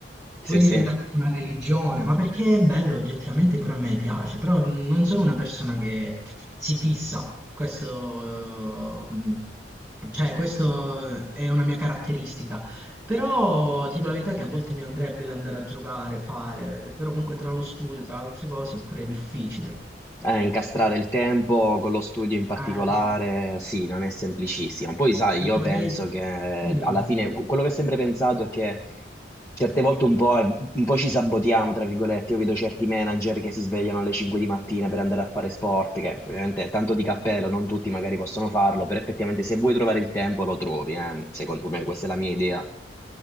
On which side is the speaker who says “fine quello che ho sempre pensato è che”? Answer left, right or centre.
Left